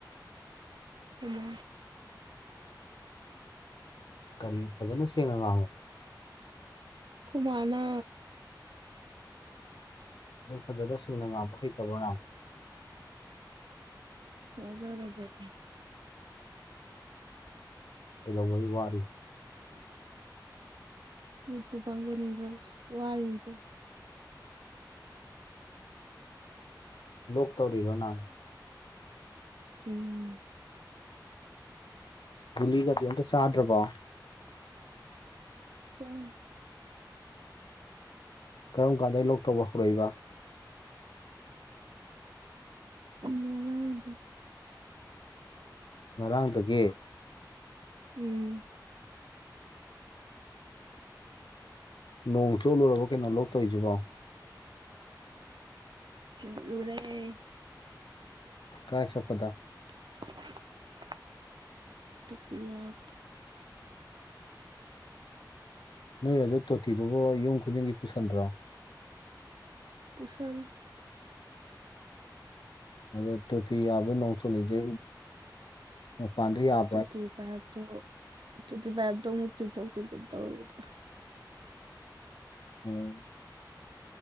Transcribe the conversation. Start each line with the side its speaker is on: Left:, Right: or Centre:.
Right: ꯈꯨꯃꯥ
Left: ꯀꯔꯤ ꯐꯖꯅ ꯁꯦꯡꯅ ꯉꯥꯡꯉꯣ
Right: ꯈꯨꯃꯅ
Left: ꯑꯗꯨ ꯐꯖꯅ ꯁꯁꯤꯡꯅ ꯉꯥꯡꯕ ꯍꯩꯇꯕ꯭ꯔꯅ
Right: ꯋꯥꯖꯔꯕꯗꫭ
Left: ꯀꯩꯗꯧꯕꯩ ꯋꯥꯔꯤꯕ
Right: <unintelligible> ꯃꯤꯠ ꯄꯨ ꯄꯣꯡꯖꯅꯤꯡꯗ꯭ꯔꯕꯅꯤ ꯋꯥꯔꯤ <unintelligible>
Left: ꯂꯣꯛ ꯇꯧꯔꯤꯔꯣ ꯅꯪ
Right: ꯎꯝ
Left: ꯨꯂꯤꯒꯗꯤ ꯑꯝꯇ ꯆꯥꯗ꯭ꯔꯕꯣ
Right: ꯆꯥꯏ
Left: ꯀꯔꯝ ꯀꯥꯟꯗꯗꯒꯤ ꯂꯣꯛ ꯇꯧꯕ ꯍꯧꯔꯛꯏꯕ
Right: ꯉꯔꯥꯡꯗꯩ
Left: ꯉꯔꯥꯡꯗꯒꯤ
Right: ꯎꯝ
Left: ꯅꯣꯡ ꯆꯣꯠꯂꯨꯔꯕ ꯀꯩꯅꯣ ꯂꯣꯛ ꯇꯧꯔꯤꯁꯤꯕꯣ
Right: <unintelligible> ꯔꯦ
Left: ꯀꯥꯏ ꯆꯠꯄꯗ
Right: ꯑ <unintelligible> <unintelligible>
Left: ꯅꯣꯏ ꯑꯗꯨ ꯇꯣꯇꯤꯗꯨꯕꯨ ꯌꯨꯝ ꯈꯨꯗꯤꯡꯒꯤ ꯄꯨꯁꯟꯗ꯭ꯔꯣ
Right: ꯄꯨꯁꯜꯂꯦ
Left: ꯑꯗ ꯇꯣꯇꯤ ꯌꯥꯕ ꯅꯣꯡ ꯆꯣꯜꯂꯤꯁꯦ ꯃꯄꯥꯜꯗꯩꯌꯥꯕ
Right: ꯇꯣꯇꯤ ꯄꯥꯏꯄꯗꯨ ꯇꯣꯇꯤ ꯄꯥꯏꯄꯗꯨ ꯑꯃꯨꯛ ꯆꯤꯡꯊꯣꯛ ꯆꯤꯡꯁꯤꯜ ꯇꯧꯔꯤꯕꯥ
Left: ꯎꯝ